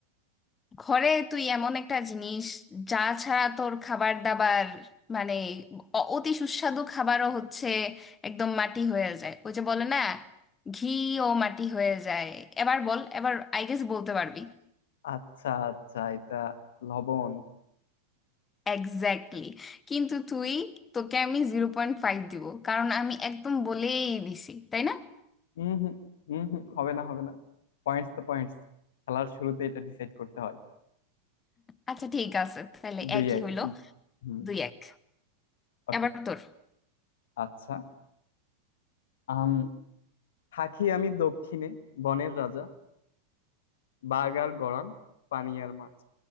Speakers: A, on the left; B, on the left.
A: ঘরে তুই এমন একটা জিনিস যা ছাড়া তোর খাবার দাবার মানে অ- অতি সুস্বাদু খাবারও হচ্ছে একদম মাটি হয়ে যায় ওই যে বলে না ঘিও মাটি হয়ে যায় এবার বল এবার আই গেস বলতে পারবি
B: আচ্ছা আচ্ছা এটা লবণ
A: এক্স্যাক্টলি কিন্তু তুই তোকে আমি জিরো পয়েন্ট ফাইভ দিব কারণ আমি একদম বলেই দিছি তাই না
B: হুম হুম হুম হুম হবে না হবে না পয়েন্টস তো পয়েন্টস খেলার শুরুতে এটা ডিসাইড করতে হয়
A: আচ্ছা ঠিক আছে তাহলে
B: দুই
A: একই
B: এক
A: হইলো
B: হুম
A: দুই এক
B: ওকে
A: এবার তোর
B: আচ্ছা আম থাকি আমি দক্ষিণে বনের রাজা বাঘ আর গড়ান পানি আর মাছ